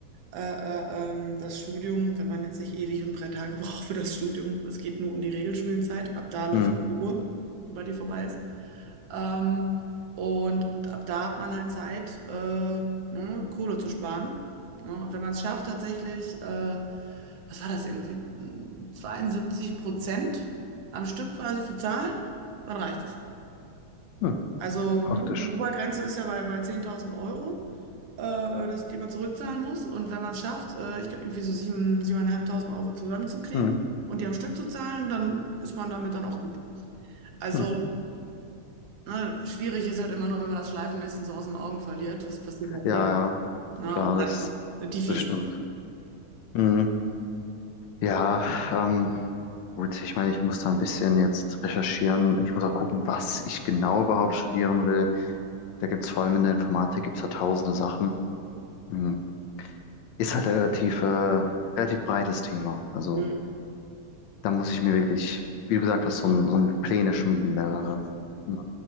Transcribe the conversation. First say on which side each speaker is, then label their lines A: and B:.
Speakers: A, on the right; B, on the left.
A: äh, äh, ähm, das Studium, wenn man jetzt nicht ewig und drei Tage <laughs> braucht für das Studium. Es geht nur um die Regelstudienzeit. Ab da läuft
B: Mhm.
A: die Uhr, sobald die vorbei ist. Ähm, und ab da hat man halt Zeit, äh, ne, Kohle zu sparen. Ne? Und wenn man es schafft, tatsächlich, äh, was war das irgendwie, mh, 72 Prozent am Stück quasi zu zahlen, dann reicht es.
B: Mhm.
A: Also,
B: Praktisch.
A: ne, die Obergrenze ist ja bei, bei 10.000 Euro, äh, äh, das, die man zurückzahlen muss. Und wenn man es schafft, äh, ich glaube, irgendwie so 7, 7.500 Euro zusammenzukriegen
B: Mhm.
A: und die am Stück zu zahlen, dann ist man damit dann auch gut. Also,
B: Mhm.
A: ne, schwierig ist halt immer nur, wenn man das schleifen lässt und so aus den Augen verliert. Das passiert halt
B: Ja,
A: viel.
B: ja,
A: Na,
B: klar,
A: und dann
B: das,
A: sind die fies.
B: das stimmt. Mhm. Ja, ähm, gut, ich meine, ich muss da ein bisschen jetzt recherchieren. Ich muss auch gucken, was ich genau überhaupt studieren will. Da gibt's vor allem in der Informatik, gibt's da tausende Sachen. Mhm. Ist halt relativ, äh, relativ breites Thema. Also
A: <laughs>
B: da muss ich mir wirklich, wie du gesagt hast, so ein, so ein Pläne schmieden, mehrere, mhm,